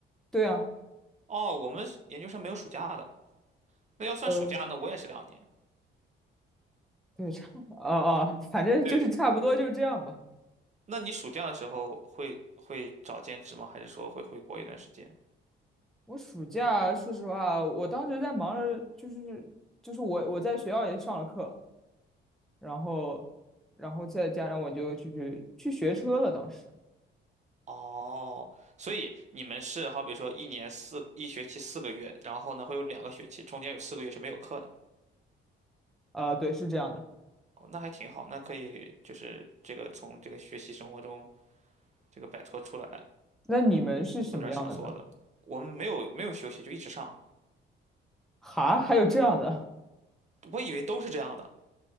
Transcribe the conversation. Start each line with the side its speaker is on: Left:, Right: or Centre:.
Centre: 对啊。
Right: 哦，我们研究生没有暑假的。那要算暑假，
Centre: 呃
Right: 那我也是两年。
Centre: 对，差不多，哦哦，反正就是差不多就是这样吧。
Right: 对，那你暑假的时候会会找兼职吗？还是说会回国一段时间？
Centre: 我暑假，说实话，我当时在忙着，就是就是我我在学校也上了课，然后然后再加上我就就是去学车了。当时，
Right: 哦，所以你们是好比说一年四一学期四个月，然后呢会有两个学期，中间有四个月是没有课的。
Centre: 呃，对，是这样的。
Right: 哦，那还挺好，那可以就是这个从这个学习生活中这个摆脱出来，
Centre: 那你们是什么样的呢？
Right: 做点儿想做的。我们没有没有休息，就一直上。
Centre: 哈，还有这样的
Right: 我以为都是这样的，